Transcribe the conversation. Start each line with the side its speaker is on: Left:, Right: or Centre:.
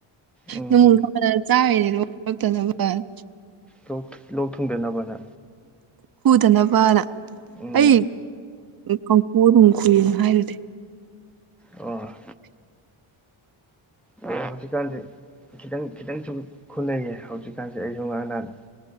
Centre: ꯎꯝ
Right: ꯅꯣꯡꯃꯪꯈꯥꯗ ꯆꯥꯔꯤꯅꯦ ꯂꯣꯛ <inaudible> ꯔꯛꯇꯅꯕꯅ
Centre: ꯂꯣꯛ ꯂꯣꯛ ꯊꯨꯡꯗ ꯅꯕ ꯅ
Right: ꯈꯨꯗꯅꯕꯅ
Centre: ꯎꯝ
Right: ꯑꯩ ꯀꯪꯈꯨ ꯑꯗꯨꯨꯝ ꯈꯨꯨꯏꯅ ꯍꯥꯏꯗꯨꯗꯤ
Centre: ꯑꯣ <unintelligible> ꯍꯧꯖꯤꯛꯀꯥꯟꯁꯦ ꯈꯤꯇꯪ ꯈꯤꯇꯪꯁꯨ ꯈꯨꯅꯩꯌꯦ ꯍꯧꯖꯤꯛꯀꯥꯟꯁꯦ ꯑꯩꯁꯨ ꯉꯔꯥꯡ ꯅꯍꯥꯟ